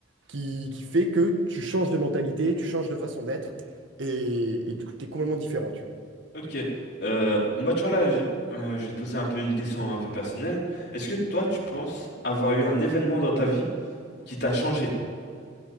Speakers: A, on the right; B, on the left.
A: qui, qui fait que tu changes de mentalité, tu changes de façon d'être, et, et du coup, tu es complètement différent, tu vois.
B: Ok. Euh, moi, tu vois, là, je, euh, je vais te poser un peu une question un peu personnelle. Est-ce que toi, tu penses avoir eu un événement dans ta vie qui t'a changé?